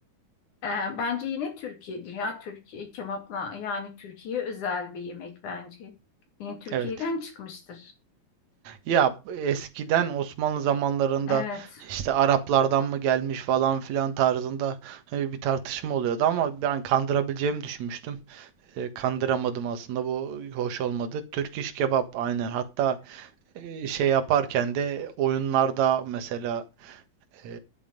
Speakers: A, on the left; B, on the right.
A: Ee, bence yine Türkiye. Dünya Türkiye kebapla yani Türkiye özel bir yemek bence. Yine Türkiye'den
B: Evet.
A: çıkmıştır.
B: Ya eskiden Osmanlı zamanlarında
A: Evet.
B: işte Araplardan mı gelmiş falan filan tarzında e, bir tartışma oluyordu ama ben kandırabileceğimi düşünmüştüm. E, kandıramadım aslında bu hoş olmadı. Türk iş kebap aynen hatta e, şey yaparken de oyunlarda mesela e,